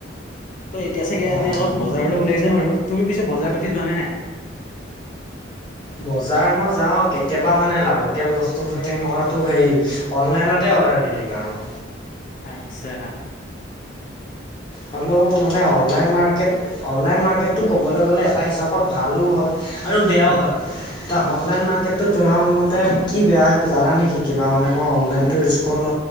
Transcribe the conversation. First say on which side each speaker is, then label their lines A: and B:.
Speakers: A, on the left (about 45°); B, on the left (about 25°).
A: তই এতিয়া চাগে এনে
B: অঁ
A: অলপ বজাৰলৈ ওলাই যাম আৰু তুমি পিছে বজাৰ পাতি যোৱা নে নাই?
B: বজাৰ মই যাওঁ কেত- কেতিয়াবা মানে লাগতিয়াল বস্তুখিনি মইতো সেই অনলাইনতে অৰ্ডাৰ দি দিম আৰু।
A: আচ্ছাহা।
B: হ'লেও মানে অনলাইন মাৰ্কেট অনলাইন মাৰ্কেটটো ক'বলৈ গ'লে এটা হিচাপত ভালো হয়। আৰু বেয়াও
A: উম
B: হয়ঁ ত
A: উম
B: অনলাইন মাৰ্কেট- তো তোমাৰ মতে কি বেয়া জানা নেকি কিবা মানে মই অনলাইনটো ইউজ কৰোঁ ন।